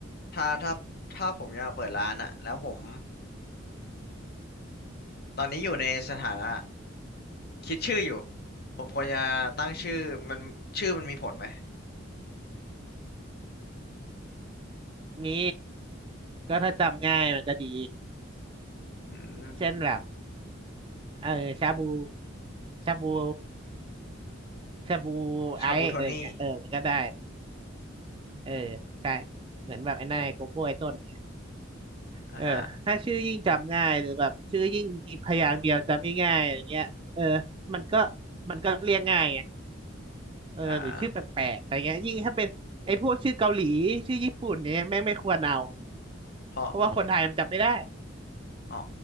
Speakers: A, on the left; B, on the right.
A: ถ้าถ้าถ้าผมอยากเปิดร้านอะแล้วผมตอนนี้อยู่ในสถานะคิดชื่ออยู่ผมควรจะตั้งชื่อมันชื่อมันมีผลไหม
B: มีก็ถ้าจำง่ายมันก็ดี
A: อืม
B: เช่นแบบเออชาบูชาบูชาบูไอซ์อะไรเงี้ยเออมันก็ได้
A: ชาบูโทนี่
B: เออใช่เหมือนแบบไอ้นายโกโก้ไอ้ต้นเงี้ย
A: อ่าฮะ
B: เออถ้าชื่อยิ่งจำง่ายหรือแบบชื่อยิ่งมีพยางค์เดียวจำง่ายๆอะไรเงี้ยเออมันก็มันก็เรียกง่ายไงเออหรือชื่อแปลกๆอะไรเงี้ยยิ่งถ้าเป็นไอ้พวกชื่อเกาหลีชื่อญี่ปุ่นเนี่ยแม่งไม่ควรเอา
A: อ่าเพราะ
B: เพราะว่าคนไทยมันจำไม่ได้
A: อ๋อ